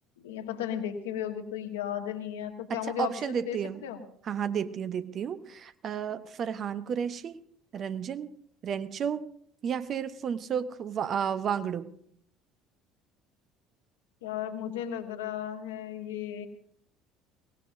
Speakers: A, on the left; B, on the right.
A: या पता नहीं देखी भी होगी तो याद नहीं है तो क्या
B: अच्छा
A: मुझे ऑप्शन
B: ऑप्शन देती
A: दे सकते
B: हूँ
A: हो
B: हाँ हाँ देती हूँ देती हूँ अ, फरहान कुरैशी रंजन रेंचो या फिर फुनसुक वा, अ, वांगडू
A: यार मुझे लग रहा है ये